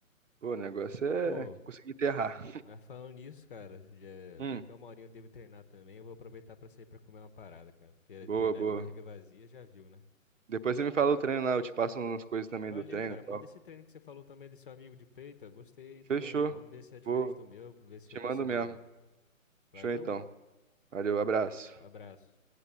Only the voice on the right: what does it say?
Pô, o negócio é
conseguir enterrar.
Hum,
boa,
boa.
Depois você me
fala
o treino lá, eu te passo umas coisas também
do treino
e
tal.
Fechou.
Vou,
te
mando mesmo.
Show então. Valeu, abraço.